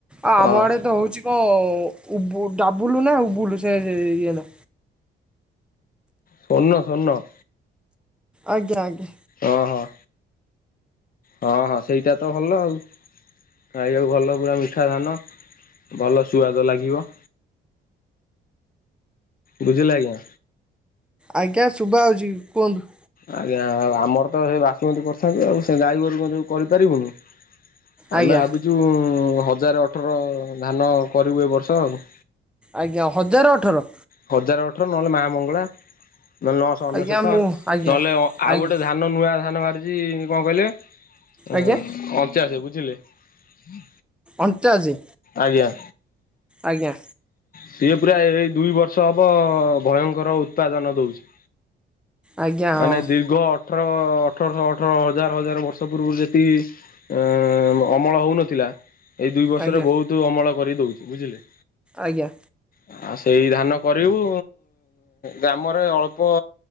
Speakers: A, in the centre; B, on the left.
A: ଆ ଆମ
B: ହଁ।
A: ଆଡ଼େ ତ ହଉଚି କଣ ଉ ଡାବୁଲୁ ନା ଉବୁଲୁ ସେ ଇଏ ନା।
B: ସ୍ୱର୍ଣ୍ଣ ସ୍ୱର୍ଣ୍ଣ।
A: ଆଜ୍ଞା ଆଜ୍ଞା।
B: ଅ ହଁ। ହଁ ହଁ ସେଇଟା ତ ଭଲ ଆଉ। ଖାଇବାକୁ ଭଲ। ପୁରା ମିଠା ଧାନ। ଭଲ ସୁ୍ଆଦ ଲାଗିବ। ବୁଝିଲେ ଆଜ୍ଞା।
A: ଆଜ୍ଞା ଶୁଭ ଯାଉଚି କୁହନ୍ତୁ।
B: ଆଜ୍ଞା ଆଉ ଆମର ତ ସେ ବାସୁମତି କରିଥାନ୍ତ ଆଉ ସେ ଗାଈଗୋରୁ ଯୋଗୁଁ କରିପାରିବୁନି।
A: ଆଜ୍ଞା
B: ଆମେ ଭାବିଚୁ ହଜାର ଅଠର ଧାନ କରିବୁ ଏ ବର୍ଷ ଆଉ।
A: ଆଜ୍ଞା ହଜାର ଅଠର?
B: ହଜାର ଅଠର, ନହେଲେ ମାମଙ୍ଗଳା, ନହେଲେ ନଅଶହ ଅନେଶତ,
A: ଆଜ୍ଞା ମୁଁ ଆଜ୍ଞା
B: ନହେଲେ ଅ, ଆଉ
A: ଆଜ୍ଞା
B: ଗୋଟେ ଧା ନ ନୂଆ ଧାନ ବାହାରିଛି କଣ କହିଲେ? ଅହ
A: ଆଜ୍ଞା
B: ଅଣଚାଶ, ବୁଝିଲେ? ହୁଁ
A: ଅଣଚାଶ?
B: ଆଜ୍ଞା।
A: ଆଜ୍ଞା।
B: ସିଏ ପୁରା ଏଇ ଦୁଇ ବର୍ଷ ହବ ଭୟଙ୍କର ଉତ୍ପାଦନ ଦଉଛି।
A: ଆଜ୍ଞା
B: ମାନେ
A: ହଁ
B: ଦୀର୍ଘ ଅଠର ଅଠରଶହ ଅଠର ହଜାର ହଜାର ବର୍ଷ ପୂର୍ବରୁ ଯେତିକି ଅ, ମ-ଅମଳ ହଉନଥିଲା ଏଇ ଦୁଇ ବର୍ଷରେ
A: ଆଜ୍ଞା
B: ବହୁତ ଅମଳ କରି ଦେଇଛି। ବୁଝିଲେ?
A: ଆଜ୍ଞା।
B: ଓ ଆଉ ସେଇ ଧାନ କରିବୁ, ଗ୍ରାମରେ ଅଳ୍ପ